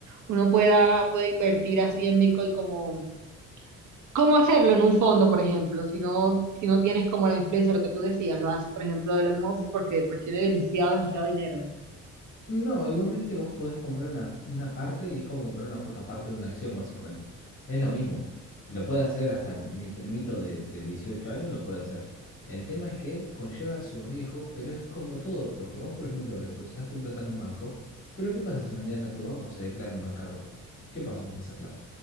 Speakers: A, on the right; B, on the left.
A: uno pueda, puede invertir así en Bitcoin como, cómo hacerlo en un fondo, por ejemplo, si no, si no tienes como la influencia, lo que tú decías, lo hace, por ejemplo, Elon Musk porque pues tiene demasiado, demasiado dinero, ¿no?
B: No, igualmente vos podés comprar una, una parte y es como comprar una cuota parte de una acción, básicamente. Es
A: No,
B: lo mismo. Lo puede hacer hasta mi primito de, de 18 años, lo puede hacer. El tema es que conlleva su riesgo, pero es como todo, porque vos, por ejemplo, depositas tu plata en un banco, pero ¿qué pasa si mañana tu banco se declara en bancarrota? ¿Qué pasa con esa plata?